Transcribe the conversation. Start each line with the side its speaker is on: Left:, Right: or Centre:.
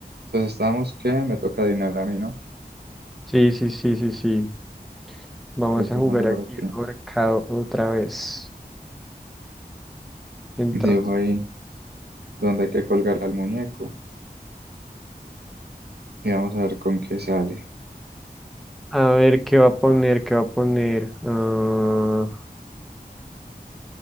Right: Entonces estábamos que me toca adivinar a mí, ¿no?
Centre: Sí, sí, sí, sí, sí. Vamos
Right: Voy Dibujando
Centre: a jugar aquí
Right: por aquí.
Centre: ahorcado otra vez. Entonces,
Right: Dibujo ahí donde hay que colgar al muñeco. Y vamos a ver con qué sale.
Centre: a ver qué va a poner, qué va a poner. Ah,